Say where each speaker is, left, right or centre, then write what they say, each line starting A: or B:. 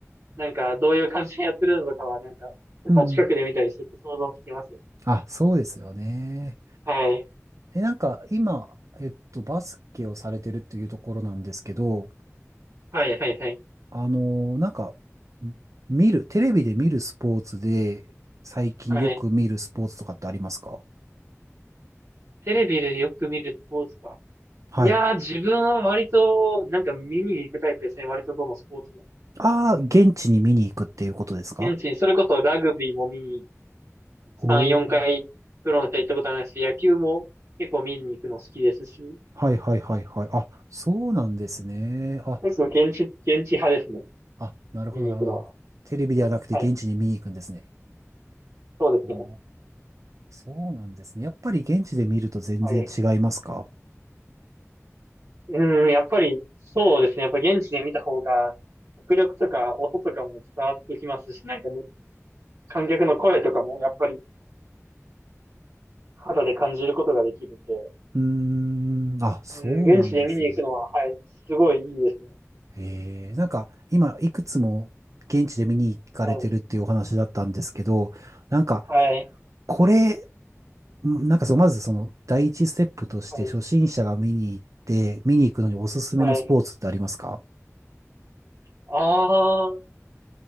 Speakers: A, on the right (about 60°); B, on the right (about 85°).
A: なんかどういう感じでやってるのとかはなんか、やっぱ近くで見たりしてて想像つきますよね。
B: うん。あ、そうですよね。
A: はい。
B: え、なんか今、えっと、バスケをされてるっていうところなんですけど、
A: はい、はい、はい。
B: あのなんか、見る、テレビで見るスポーツで、最近よく見るスポーツとかってありますか
A: はい。テレビでよく見るスポーツか。
B: はい。
A: いやー、自分は割と、なんか見に行くタイプですね。割とどのスポーツも。
B: ああ、現地に見に行くっていうことですか
A: 現地に、それこそラグビーも見に3、
B: おお
A: 4回プロの人行ったことないし、
B: ー。
A: 野球も結構見に行くの好きですし、
B: はいはいはいはい。あ、そうなんですね。あ、
A: 結構現地、現地派ですね。
B: あ、なるほどなるほど。
A: 見に行くのは。
B: テレビではなくて現地に見に行くんですね。
A: はい。そうですね。
B: あーそうなんですね。やっぱり現地で見ると全然違いますか
A: はい。うーん、やっぱり、そうですね。やっぱ現地で見た方が、迫力とか音とかも伝わってきますし、なんかね、観客の声とかもやっぱり肌で感じることができるんで、
B: うーん、あ、そうなんですね。
A: うん、現地で見に行くのは、はい、すごいいいですね。
B: えー、なんか今いくつも現地で見に行かれてるっていうお話だったんですけど、
A: はい、
B: なんか
A: はい、
B: これ、んなんかそのまずその第一ステップとして初心者が見に行って、
A: はい、
B: 見に行くのにおすすめのスポーツってありますか
A: はい。ああ、